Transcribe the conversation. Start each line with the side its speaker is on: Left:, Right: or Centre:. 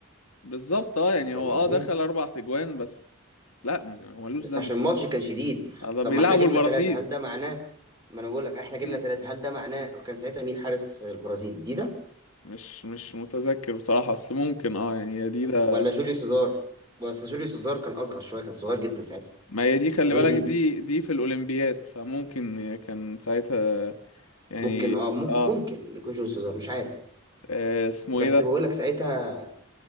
Left: بالظبط اه يعني
Right: فاهم
Left: هو اه
Right: قصدي
Left: دخل اربع تجوان بس لا يعني هو ملوش
Right: بس
Left: ذنب
Right: عشان
Left: يعني
Right: الماتش كان شديد
Left: آه، ده
Right: طب
Left: بيلعبوا
Right: ما احنا جبنا
Left: البرازيل
Right: ثلاثه هل ده معناه ما انا بقول لك احنا جبنا
Left: مم.
Right: ثلاثه هل ده معناه كان ساعتها مين حارس البرازيل دي
Left: مش مش متذكر بصراحة بس ممكن اه يعني هي دي ده
Right: ولا جوليو سيزار بس جوليو سيزار كان اصغر شويه كان صغير جدا ساعتها
Left: ما هي دي خلي
Right: اظن
Left: بالك
Right: دي ده
Left: دي دي في الأولمبياد فممكن هي كان ساعتها يعني
Right: ممكن اه مم-
Left: اه
Right: ممكن يكون جوليو سيزار مش عارف
Left: آه، اسمه ايه
Right: بس
Left: ده
Right: بقول لك ساعتها